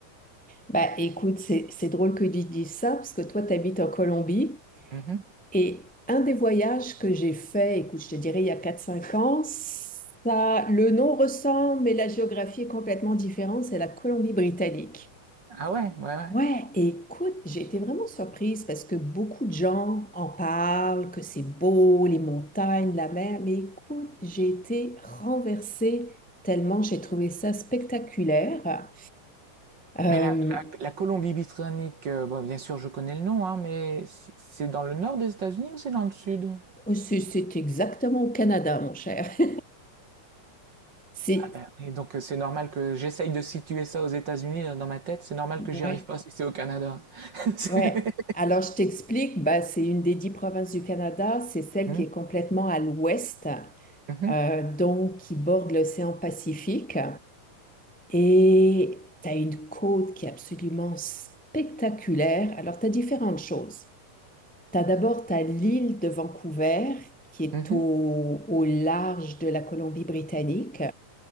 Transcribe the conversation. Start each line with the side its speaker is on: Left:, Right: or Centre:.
Centre: Bah écoute, c'est c'est drôle que tu dises ça parce que toi, tu habites en Colombie
Right: Mhm.
Centre: et un des voyages que j'ai fait, écoute, je te dirais il y a quatre cinq ans, ça, le nom ressemble, mais la géographie est complètement différente, c'est la Colombie-Britannique.
Right: Ah ouais, ouais, ouais.
Centre: Ouais, écoute, j'ai été vraiment surprise parce que beaucoup de gens en parlent, que c'est beau, les montagnes, la mer, mais écoute, j'ai été renversée tellement j'ai trouvé ça spectaculaire. Euh,
Right: Mais la, la- la Colombie-Britannique, euh, bon, bien sûr, je connais le nom, hein, mais c- c'est dans le nord des États-Unis ou c'est dans le sud?
Centre: Oh, C'est c'est exactement au Canada, mon cher. <laughs> C'est,
Right: Ah ben oui, donc euh, c'est normal que j'essaye de situer ça aux États-Unis euh, dans ma tête. C'est normal
Centre: ouais,
Right: que j'y arrive pas si c'est au Canada. <laughs> C'est-
Centre: ouais. Alors, je t'explique, bah, c'est une des dix provinces du Canada, c'est celle
Right: Mhm,
Centre: qui est complètement à l'ouest,
Right: mhm,
Centre: euh, donc qui borde l'océan Pacifique. Et tu as une côte qui est absolument spectaculaire. Alors, tu as différentes choses. Tu as d'abord t'as l'île de Vancouver, qui est
Right: mhm,
Centre: au, au large de la Colombie-Britannique.